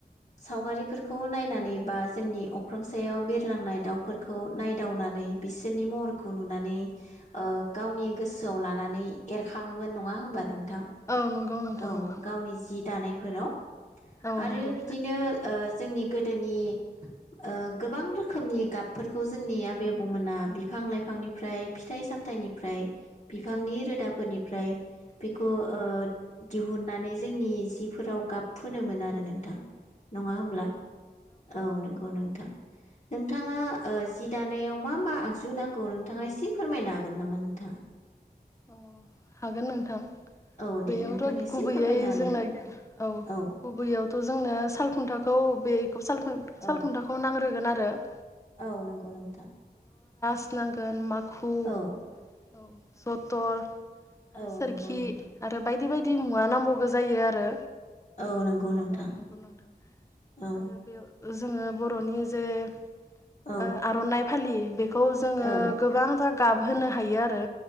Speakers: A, on the left; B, on the left.
A: सावगारिफोरखौ नायनानै बा जोंनि अख्रां सायाव बिरलांनाय दाउफोरखौ नायदावनानै बिसोरनि महरखौ नुनानै ओ गावनि गोसोआव लानानै एरखां खाङोमोन नङा होमबा नों थां
B: औ नंगौ नोंथां
A: औ
B: नंगौ
A: गावनि जि दानाय फोराव आरो
B: औ नंगौ
A: बिदिनो ओ जोंनि गोदोनि ओ गोबां रोखोमनि गाबफोरखौ जोंनि आबै आबौमोना बिफां लाइफांनिफ्राय फिथाइ सामथायाइनिफ्राय बिफांनि रोदाफोरनि बेखौ ओ दिहुननानै जोंनि जिफोराव गाब फोनोमोन आरो नोंथां नङा होमब्ला औ नंगौ नोंथां नोंथां नोंथाङा ओ जि दानायाव मा मा आगजु नांगौ नोंथाङा एसे फोरमायनो हागोन नामा नोंथाङा
B: औ हागोन नोंथां।
A: औ दे
B: बेयावथ'
A: नोंथां एसे
B: गुबैयै
A: फोरमायना होलाय
B: जोंना औ
A: औ
B: गुबैयावथ' थ' जोंनो सालखुन्थाखौ बे सालखुन-सालखुन्थाखौ
A: औ
B: नांग्रोगोन आरो <unintelligible>
A: औ नंगौ नोंथां।
B: स नांगोन मा खु,
A: औ
B: औ जतर आरो
A: औ
B: सोरखि
A: नंगौ नोंथां
B: आरो बायदि बायदि बायदि मुवा नांबावगो जायो आरो।
A: औ नंगौ नोंथां
B: औ नंगौ नोंथां
A: औ
B: आरो बेयाव जोङो बर'नि जे ओ
A: औ
B: आर'नाय फालि बे खौ जोङो
A: औ
B: गोबां गाबहोनो हायो आरो।